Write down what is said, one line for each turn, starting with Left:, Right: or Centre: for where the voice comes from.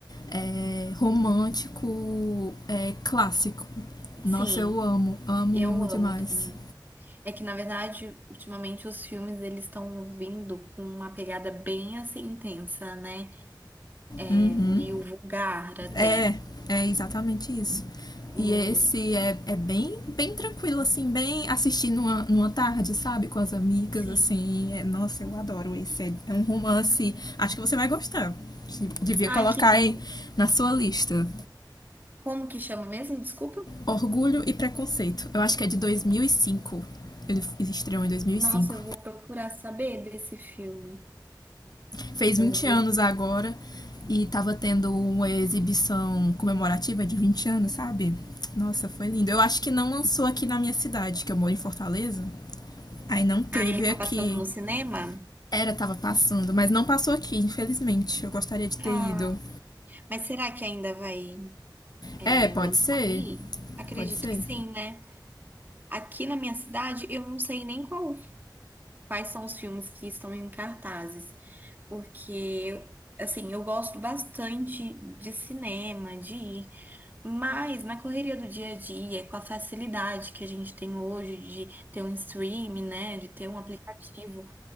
Left: é, romântico, é, clássico. Nossa,
Right: sim,
Left: eu amo, amo,
Right: eu
Left: amo
Right: amo
Left: demais.
Right: também. É que, na verdade, ultimamente os filmes eles estão vindo com uma pegada bem assim intensa, né? É
Left: Uhum.
Right: meio vulgar até.
Left: É, é exatamente isso.
Right: E
Left: E esse é, é bem, bem tranquilo, assim, bem assistir numa, numa tarde, sabe? Com as amigas,
Right: sim.
Left: assim. É, nossa, eu adoro esse. É, é um romance. Acho que você vai gostar. Devia
Right: Ai,
Left: colocar
Right: que bom.
Left: aí na sua lista.
Right: Como que chama mesmo? Desculpa.
Left: Orgulho e Preconceito. Eu acho que é de 2005. Ele, ele estreou em 2005.
Right: Nossa, eu vou procurar saber desse filme.
Left: Fez vinte
Right: Orgulho.
Left: anos agora e tava tendo uma exibição comemorativa de 20 anos, sabe? Nossa, foi lindo. Eu acho que não lançou aqui na minha cidade, que eu moro em Fortaleza. Aí não teve
Right: Ah, ele tá
Left: aqui.
Right: passando no cinema?
Left: Era, tava passando, mas não passou aqui, infelizmente. Eu gostaria de ter
Right: Ah.
Left: ido.
Right: Mas será que ainda vai é,
Left: É, pode
Right: lançar
Left: ser.
Right: aí? Acredito
Left: Pode ser.
Right: que sim, né? Aqui na minha cidade, eu não sei nem qual, quais são os filmes que estão em cartazes. porque assim, eu gosto bastante de cinema, de ir, mas na correria do dia a dia, com a facilidade que a gente tem hoje de ter um stream né, de ter um aplicativo